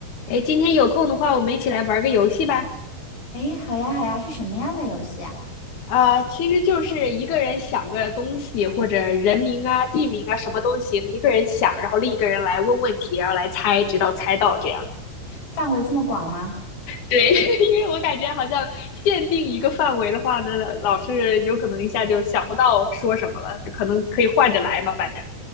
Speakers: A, on the left (about 55°); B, on the left (about 85°).
A: 哎，今天有空的话，我们一起来玩个游戏吧。
B: 诶，好呀，好呀，是什么样的游戏啊？
A: 呃，其实就是一个人想个东西或者人名啊、地名啊，什么都行，一个人想，然后另一个人来问问题，然后来猜，直到猜到这样。
B: 范围这么广吗？
A: 对，<laughs> 因为我感觉好像限定一个范围的话呢，老是有可能一下就想不到说什么了，可能可以换着来嘛，反正。